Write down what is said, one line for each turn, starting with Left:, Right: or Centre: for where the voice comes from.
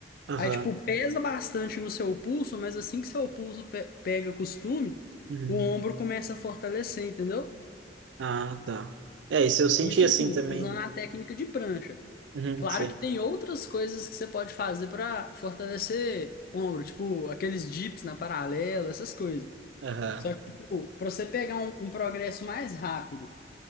Right: Aham.
Left: Aí tipo, pesa bastante no seu pulso, mas assim que seu pulso pe- pega costume,
Right: Uhum.
Left: o ombro começa a fortalecer, entendeu?
Right: Ah, tá. É, isso eu senti
Left: Isso
Right: assim
Left: assim,
Right: também.
Left: usando a técnica de prancha.
Right: Uhum,
Left: Claro
Right: sim.
Left: que tem outras coisas que você pode fazer para fortalecer ombro, tipo aqueles dips na paralela, essas coisas.
Right: Aham.
Left: Só que, tipo, para você pegar um, um progresso mais rápido